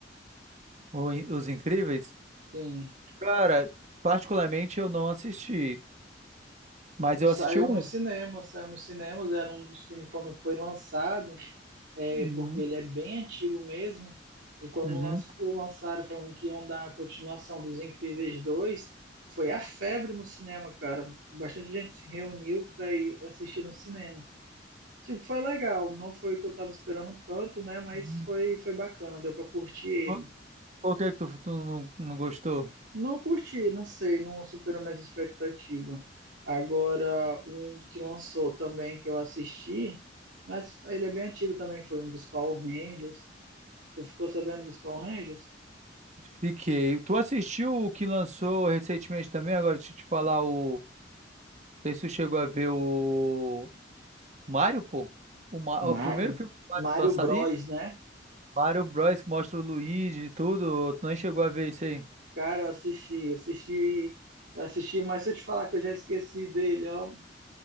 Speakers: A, on the right; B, on the right.
A: O In- Os Incríveis?
B: Sim,
A: Cara, particularmente eu não assisti, mas eu
B: saiu
A: assisti o
B: nos
A: um.
B: cinemas, saiu nos cinemas, era um dos filmes quando foi lançado, é,
A: Uhum.
B: porque ele é bem antigo mesmo. E quando
A: Uhum.
B: lan- lançaram falando que iam dar a continuação dos Incríveis 2 foi a febre no cinema, cara. Bastante gente se reuniu para ir assistir no cinema. Tipo, foi legal, não foi o que eu tava esperando tanto, né? Mas
A: Uhum.
B: foi, foi bacana, deu para curtir ele.
A: Por, por que que tu, tu não, não gostou?
B: Não curti, não sei, não superou minhas expectativas. Agora, um que lançou também que eu assisti, mas ele é bem antigo também, foi um dos Power Rangers. Tu ficou sabendo dos Power Rangers?
A: Fiquei. Tu assistiu o que lançou recentemente também? Agora, deixa eu te falar o. Não sei se tu chegou a ver o. Mario, pô? O, Ma-
B: Mario?
A: o primeiro filme do Mario
B: Mario
A: lançado.
B: Bros,
A: Ih,
B: né?
A: Mario Bros. que mostra o Luigi e tudo. Tu nem chegou a ver isso aí?
B: Cara, eu assisti, assisti, eu assisti, mas se eu te falar que eu já esqueci dele, ó.